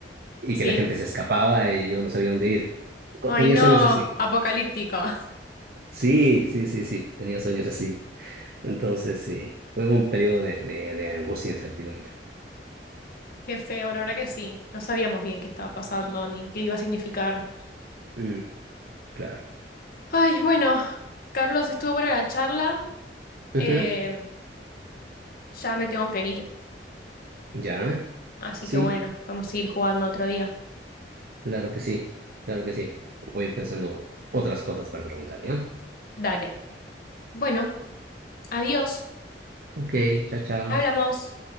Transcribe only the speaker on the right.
Y
que la gente se escapaba y yo no sabía dónde ir. Co-
Tenía
sueños así.
Sí, sí, sí, sí, tenía sueños así. Entonces, sí, fue un periodo de, de, de angustia e incertidumbre.
Mm, claro.
Ujú,
Ya,
sí,
claro que sí, claro que sí. Voy a ir pensando otras cosas para preguntar, ¿ya?
Ok, chao, chao.